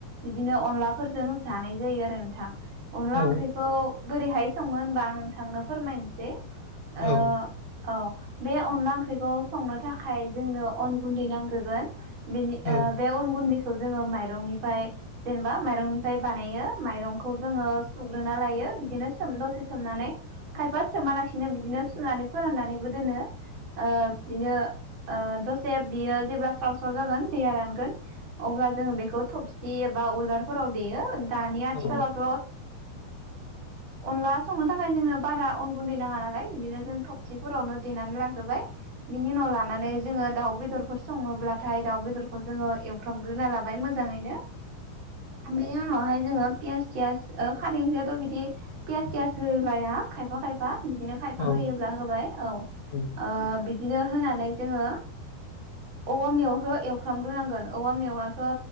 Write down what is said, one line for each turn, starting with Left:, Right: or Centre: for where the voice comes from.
Right: बिदिनो अनलाफोरजों जानाय जायो आरो नोंथां अनला
Left: औ
Right: ओंख्रिखौ बोरैहाय संमोन होनबा आं । थांनो फोरमायनोसै । ओ
Left: औ
Right: औ बे अनला ओंख्रिखौ संनो थाखाय जोंनो अन गुन्दै नांग्रोगोन । बेनि ओ
Left: औ
Right: बेे अन गुन्दै खौ जोङो माइरंनिफ्राय जेनेबा माइरंनिफ्राय बानायो । माइरंखौ जोङो सु रोना लायो बिदिनो सोम दसे सोमनानै । खायफा सोमालासिनो बिदिनो सुनानै फोराननानैबो दोनो ओ बिदिनो दसे बियो जेब्ला स्राव स्राव जागोन दैया रानगोन अब्ला जोङो बेखौ थबसि एबा उलदारफोराव देयो। दानि आथिखालावथ'
Left: औ
Right: ओ अनला संनो थाखाय जोङो। बारा अन गुन्दै नाङा नालाय बिदिनो जों थबसिफोरावनो देनानै लाग्रोबाय । बिनि उनाव लानानै जोङो दाउ बेदर बेफोर सङोब्लाथाय दाउ बेदरखौ जोङो एवफ्रामग्रोना लाबाय मोजाङैनो । बे उनावहाय जोङो पियास सियास खारेंखयाथ' बिदि पियास सियास होलाया खायफा खायफा बिदिनो खायफा
Left: औ
Right: होयोब्ला होबाय औ ओ
Left: औ
Right: बि बिदिनो होनानै जोङो औवा मेवाखौ एवफ्रामग्रोनांगोन औवा मेवाखौ